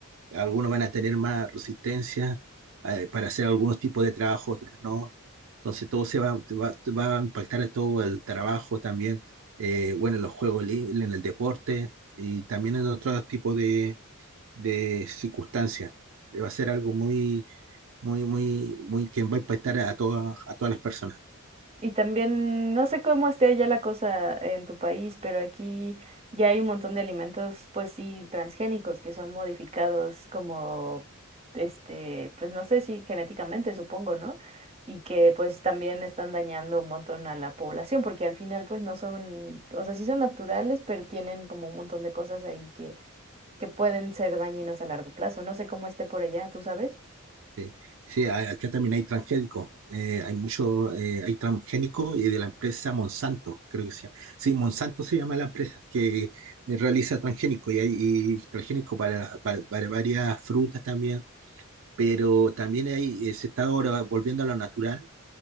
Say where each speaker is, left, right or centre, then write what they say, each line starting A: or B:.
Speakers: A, on the right; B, on the right.
A: Algunos van a tener más resistencia eh, para hacer algunos tipos de trabajo, otros no. Entonces todo se va, va, va a impactar en todo el trabajo también, eh, bueno, en los juegos libres, en el deporte y también en otros tipos de, de circunstancias. Eh, Va a ser algo muy, muy, muy, muy que va a impactar a todas, a todas las personas.
B: Y también, no sé cómo esté ya la cosa en tu país, pero aquí ya hay un montón de alimentos, pues sí, transgénicos que son modificados como, este, pues no sé si genéticamente, supongo, ¿no? Y que pues también están dañando un montón a la población, porque al final pues no son, o sea, sí son naturales, pero tienen como un montón de cosas ahí que, que pueden ser dañinos a largo plazo. No sé cómo esté por allá, ¿tú sabes?
A: Sí, sí, a- acá también hay transgénicos. eh, hay mucho, eh, hay transgénicos y de la empresa Monsanto, creo que se llama. Sí, Monsanto se llama la empresa que eh, realiza transgénico y hay y transgénico para, para- para varias frutas también, pero también hay, eh, se está ahora volviendo a lo natural